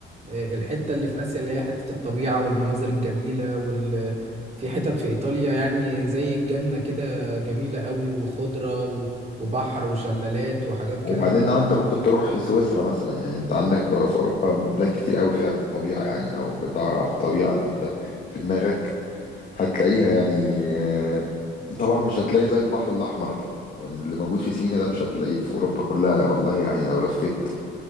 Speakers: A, on the right; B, on the left.
A: آه، الحتة اللي في آسيا اللي هي حتة الطبيعة والمناظر الجميلة وال في حتت في إيطاليا يعني زي الجنة كده جميلة قوي وخضرة و... وبحر وشلالات وحاجات كده
B: وبعدين لو انت ممكن تروح سويسرا مثلا يعني انت عندك في اوروبا بلاد كتير قوي فيها الطبيعه يعني لو بتدور على الطبيعه اللي انت في دماغك هتلاقيها يعني آه، طبعا مش هتلاقي زي البحر الاحمر يعني اللي موجود في سينا ده مش هتلاقيه في اوروبا كلها والله يعني لو لفيت